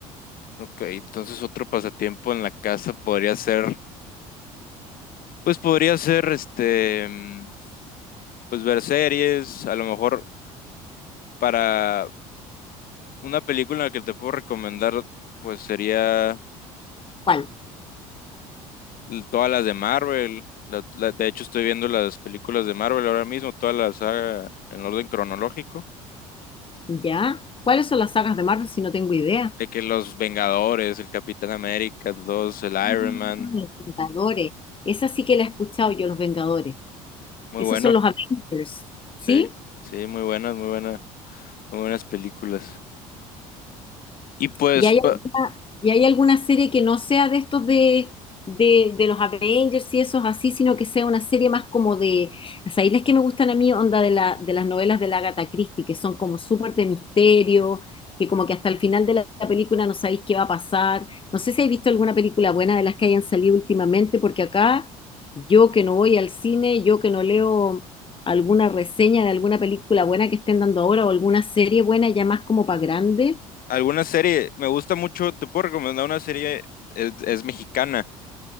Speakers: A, on the left; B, on the left.
A: Ok, entonces otro pasatiempo en la casa podría ser, pues podría ser este, mm, pues ver series, a lo mejor para una película que te puedo recomendar, pues sería
B: ¿Cuál?
A: l- todas las de Marvel. la- la- de hecho, estoy viendo las películas de Marvel ahora mismo, todas las saga en orden cronológico.
B: ¿Ya? ¿Cuáles son las sagas de Marvel si no tengo idea?
A: De que los Vengadores, el Capitán América, dos, el Iron
B: Ah,
A: Man.
B: Los Vengadores. Esa sí que la he escuchado yo, los Vengadores.
A: Muy
B: Esos
A: bueno,
B: son los Avengers. ¿Sí?
A: sí, sí, muy buenas, muy buenas, muy buenas películas. Y pues,
B: ¿Y hay
A: pa-
B: alguna, y hay alguna serie que no sea de estos de, de, de los Avengers y esos así, sino que sea una serie más como de, o sea, ahí las que me gustan a mí, onda de, la, de las novelas de la Agatha Christie, que son como súper de misterio, que como que hasta el final de la, la película no sabéis qué va a pasar. No sé si habéis visto alguna película buena de las que hayan salido últimamente, porque acá yo que no voy al cine, yo que no leo alguna reseña de alguna película buena que estén dando ahora o alguna serie buena ya más como para grande,
A: alguna serie, me gusta mucho, te puedo recomendar una serie, es, es mexicana,